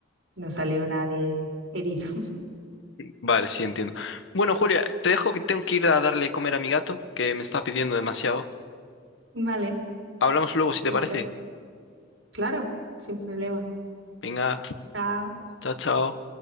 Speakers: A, on the right (about 75°); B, on the left (about 70°).
A: No salió nadie herido. <laughs>
B: Vale, sí, entiendo. Bueno, Julia, te dejo que tengo que ir a darle comer a mi gato, que me está pidiendo demasiado.
A: Vale,
B: Hablamos luego,
A: perfecto.
B: si te parece.
A: Claro, sin problema.
B: Venga,
A: Chao.
B: chao, chao.